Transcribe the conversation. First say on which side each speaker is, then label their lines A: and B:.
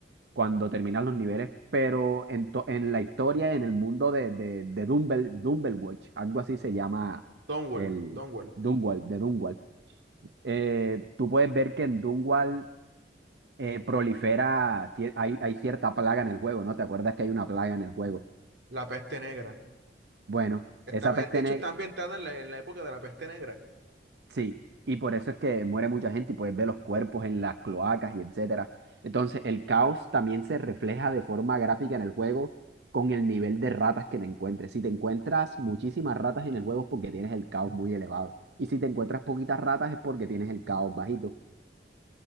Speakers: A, on the right; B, on the right.
A: cuando terminan los niveles, pero en, to- en la historia, en el mundo de, de, de Dumble, Dumblewatch, algo así se llama
B: Donwell,
A: el
B: Donwell,
A: Dunwall, de Dunwall. Eh, tú puedes ver que en Dunwall eh, prolifera, cier- hay, hay cierta plaga en el juego, ¿no? ¿Te acuerdas que hay una plaga en el juego?
B: la peste negra.
A: Bueno,
B: Está-
A: esa peste,
B: eh, de hecho,
A: ne-
B: está ambientada en la, en la época de la peste negra.
A: Sí, y por eso es que muere mucha gente y puedes ver los cuerpos en las cloacas y etcétera. Entonces, el caos también se refleja de forma gráfica en el juego con el nivel de ratas que te encuentres. Si te encuentras muchísimas ratas en el juego es porque tienes el caos muy elevado. Y si te encuentras poquitas ratas es porque tienes el caos bajito.